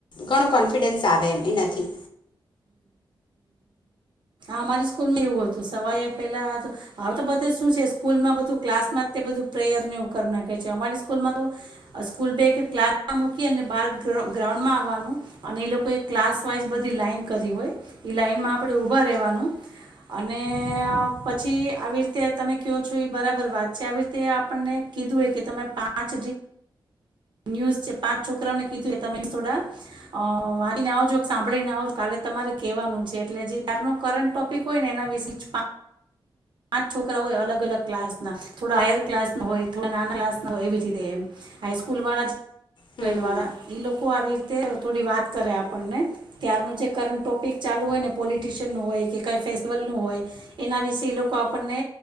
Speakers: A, on the left; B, on the right.
A: ઘણો કોન્ફિડન્સ આવે એનાથી.
B: અમારી સ્કૂલમાં એવું હતું સવા પેલા હવે તો બધું શું છે સ્કૂલમાં બધું ક્લાસમાં બધું પ્રેયર ને એવું કર નાખે છે અમારી સ્કૂલમાં તો સ્કૂલ બે ક્લાસમાં મૂકી બાર ગ્રાઉન્ડમાં આવવાનું અને એ લોકો ક્લાસ વાઈસ બધી લાઈન કરી હોય એ લાઈનમાં આપણે ઊભા રહેવાનું અને અ પછી આવી રીતે તમે ક્યો છો એ બરાબર વાત છે આવી રીતે આપણને કીધું હોય કે તમે પાંચ ન્યૂઝ છે પાંચ છોકરાઓને કીધું તમે થોડા અ વાંચીને આવજો સાંભળીને આવજો કાલે તમારે કહેવાનું છે એટલે જે તાર નો કરંટ ટોપિક હોય ને એના વિશે પાં પાંચ છોકરા હોય અલગ અલગ ક્લાસના થોડા હાયર ક્લાસના હોય થોડા નાના ક્લાસના હોય એવી રીતે એમ હાઈસ્કૂલ વાળા <unintelligible>
A: હમ હમ
B: વાળા ઈ લોકો આવી તે થોડી વાત કરે આપણને ત્યારનું જે કરટ ટોપિક ચાલુ હોય ને પોલિટિશિયનનું હોય કે કઈ ફેસ્ટિવલનું હોય એના વિશે એ લોકો આપણને